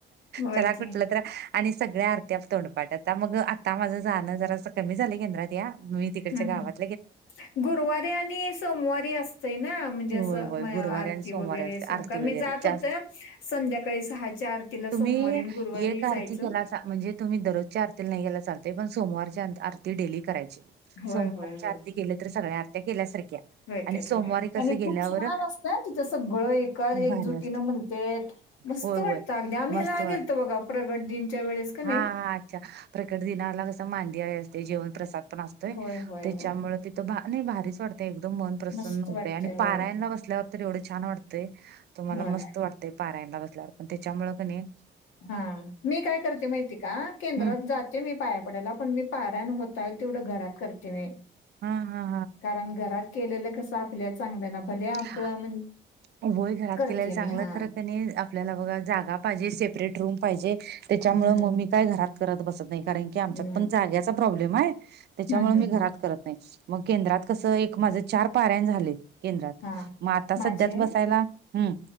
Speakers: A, on the left; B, on the right.
A: होय
B: चला
A: की.
B: कुटलं तर आणि सगळ्या आरत्या तोंडपाटायत. मग आता माझं जाणं जरासं कमी झालंय केंद्रात या, मी तिकडच्या
A: हं,
B: गावात
A: हं. गुरुवारी आणि सोमवारी असतय ना, म्हणजे असं
B: होय होय
A: मग आरती
B: गुरुवारी आणि सोमवारी
A: वगैरे
B: असते
A: तेन
B: आरती
A: कारण
B: वगैरे
A: मी जात
B: जास्त
A: होते. संध्याकाळी सहाच्या आरतीला
B: तुम्ही
A: सोमवारी अन् गुरुवारी
B: एक आरती
A: जायचं.
B: केलासा म्हणजे तुम्ही दरोजच्या आरतीला नाई गेला चालतय. पण सोमवारची आर् आरती डेली करायची.
A: होय,
B: सोमवार
A: होय,
B: केलं तर सगळ्या आरत्या केल्या-सारख्या
A: भेटत
B: आणि सोमवारी
A: व्हय.
B: कसं
A: आणि
B: गेल्यावर
A: खूप छान असतं अं तिथं सगळं एका एकजुटीनं
B: भारी असते
A: म्ह तेत मस्त
B: होय होय
A: वाटत अगदी आम्ही
B: मस्त
A: हयाला
B: वाट
A: गेलतो, बघा प्रगट दिनच्या वेळेस का नाई
B: हा हा अच्छा प्रकट दिनाला कसं मांदियाळी असते, जेवण प्रसाद पण असतोय.
A: होय होय होय.
B: पळ तिथं भा नई भारीच वाटते, एकदम मन प्रसन्न
A: मस्त
B: होतय
A: वाटतंय
B: आणि
A: होय
B: पारायनला बसल्यावर तर एवढं छान वाटतंय, तुम्हाला
A: होय
B: मस्त वाटतंय, पारायणला बसल्यावर पण त्याच्यामुळं क नी
A: हा, मी काय करते माहिती का? केंद्रात
B: हम्म
A: जात ते मी पाया पडायला, पण मी पारायण होता-ये तेवढं घरात करते मी.
B: हा हा
A: कारण घरात केलेलं कस आ पल्या चांगल्या ना भल्या आपल्या
B: हा
A: म्हण,
B: होय घरात
A: करते
B: केलेलं चांगलं
A: मी हा.
B: खरं कणी आपल्याला बघा जागा पाहिजे, सेपरेट रूम पाहिजे, त्याच्यामुळ
A: हम्म
B: मग मी काय घरात करत बसत नाई. कारण की आमच्यात
A: हम्म
B: पण जाग्याचा प्रॉब्लेम हाय, त्याच्यामुळं
A: हम्म हम्म
B: मी घरात
A: हम्म
B: करत नाई. मग केंद्रात कसं, एक माझं चार पारायन झाले केंद्रात,
A: हा
B: म आता
A: माझे
B: सध्यात बसायला हम्म.